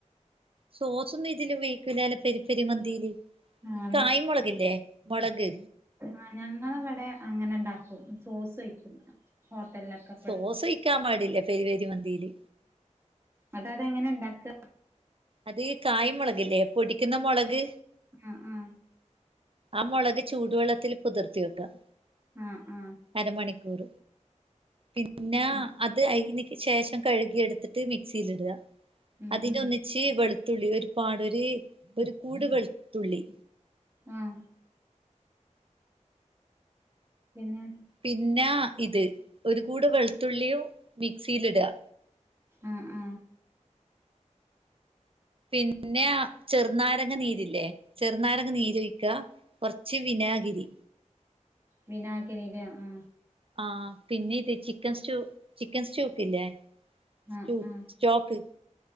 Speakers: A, on the right; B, on the right.
A: സോസ ഒന്നും ഇതില്പീക്കൂില്ല അല്ല പെരിപ്പെരിമന്തിയില്
B: ആഹ്
A: ഈ കായമുളക്ല്ലേ മുളക്
B: ആ ഞങ്ങളവിടെ അങ്ങനെ ഇണ്ടാക്കും സോസ് ഒഴിക്കും ഹോട്ടലിലൊക്കെ ഇപ്പ
A: സോസൊയിക്കാൻ പാടില്ല പെരിപെരി മന്തിയില്
B: അത അതെങ്ങനെ ഉണ്ടാക്ക
A: അത് കായ്മുളക്ല്ലേ പൊടിക്കുന്ന മുളക്
B: ആ അ
A: ആ മുളക് ചൂടുവെള്ളത്തിൽ പുതിർത്തി വെക്കാം
B: ആ ആ
A: അരമണിക്കൂർ പിന്നെ
B: ഉം
A: അത് അയ്ൻ ശേഷം കഴുകിയ എടുത്തിട്ട് മിക്സിൽ ഇടുക
B: ഉം
A: അതിനൊന്നി
B: ഉം
A: ച്ചി വെളുത്തുള്ളി ഒരു പാട ഒരു ഒരു കൂട് വെളുത്തുള്ളി
B: ആഹ പിന്നെ
A: പിന്നെ ഇത് ഒരു കൂട് വെളുത്തുള്ളിയും മിക്സിൽ ഇടുക
B: ആ അ
A: പിന്നെ ചെറുനാരങ്ങ നീരില്ലേ ചെറുനാരങ്ങ നീര ഒഴിക്കുക കുറച്ച് വിനാഗിരി
B: വിനാഗിരിലെ ആ
A: ആ പിന്നെ ഇത് ചിക്കൻ സ്റ്റൂ ചിക്കൻ സ്റ്റൂ വെകലേ സ്റ്റൂ
B: ആഹ് ആഹ്
A: ചോക്ക്